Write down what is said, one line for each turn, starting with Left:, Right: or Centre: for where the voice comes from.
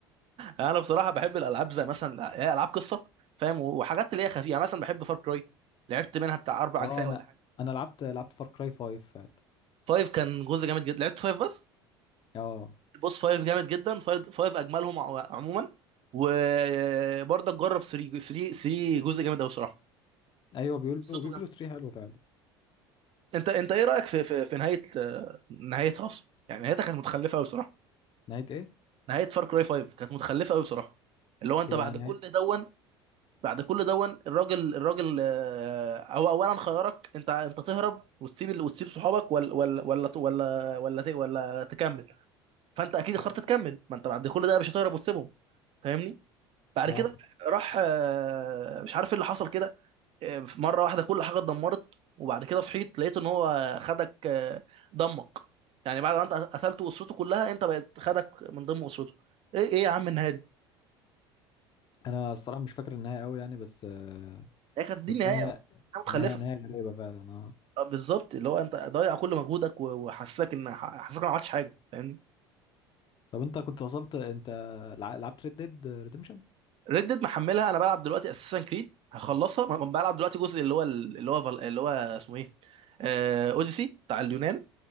Right: انا بصراحة بحب الالعاب زي مثلا هي العاب قصة فاهم و- وحاجات اللي هي خفيفة يعني مثلا بحب فار كراي لعبت منها بتاع اربع
Left: اه
Right: اجزاء
Left: انا
Right: ولا حاجة
Left: انا لعبت لعبت فار كراي 5 فعلا
Right: فايف كان جزء جامد جدا لعبت فايف بس
Left: اه
Right: البوس 5 جامد جدا 5 5 اجملهم ع- عموما وبرضه جرب 3 3 3 جزء جامد قوي بصراحه
Left: ايوه بيقولوا
Right: قصته
Left: بيقولوا
Right: جامده
Left: 3 حلوه فعلا
Right: انت انت ايه رايك في في, في نهايه آه، نهايتها اصلا يعني نهايتها كانت متخلفه قوي بصراحه
Left: نهايه ايه
Right: نهايه فار كراي 5 كانت متخلفه قوي بصراحه اللي هو انت
Left: هي
Right: بعد
Left: نهايه
Right: كل دون بعد كل دون الراجل الراجل آه، هو اولا خيارك انت انت تهرب وتسيب ال- وتسيب صحابك ولا ولا ولا ولا ولا, ت- ولا تكمل فانت اكيد اخترت تكمل ما انت بعد كل ده مش هتهرب وتسيبهم فاهمني بعد
Left: صح
Right: كده راح آه، مش عارف ايه اللي حصل كده آه، في مره واحده كل حاجه اتدمرت وبعد كده صحيت لقيت ان هو خدك آه، دمك يعني بعد ما انت قتلته اسرته كلها انت بقت خدك من ضمن اسرته ايه ايه يا عم النهايه دي
Left: انا الصراحه مش فاكر النهايه قوي يعني بس آه،
Right: هي كانت دي
Left: بس
Right: النهايه
Left: انا
Right: بس حاجة متخلفه
Left: نهايه نهايه غريبه فعلا اه
Right: آه، بالظبط اللي هو انت ضايع كل مجهودك و- وحسسك ان حسسك إن ما عملتش حاجه فاهمني
Left: طب انت كنت وصلت انت لع- لعبت ريد ديد ريديمشن
Right: ريد ديد محملها انا بلعب دلوقتي اساسا كريد هخلصها ب- بلعب دلوقتي جزء اللي هو اللي هو فال- اللي هو اسمه ايه آه، اوديسي بتاع اليونان